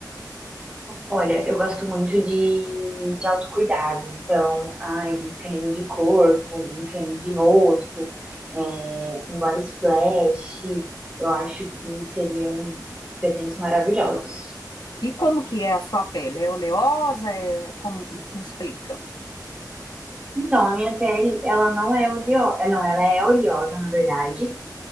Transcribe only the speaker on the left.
E como que é a sua pele? É oleosa? É... Como... Me explica.